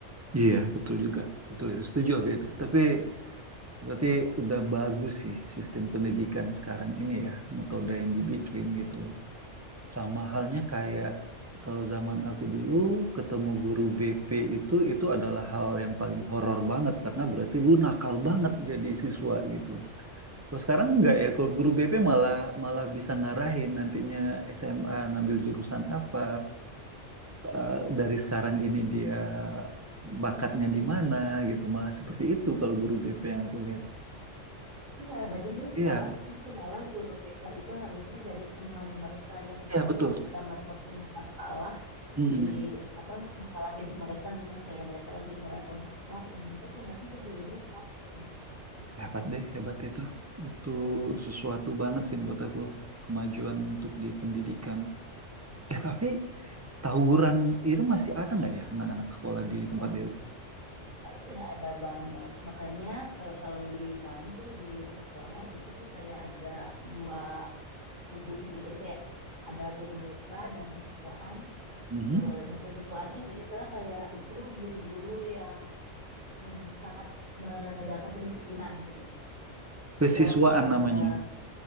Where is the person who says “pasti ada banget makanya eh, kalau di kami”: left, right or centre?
Right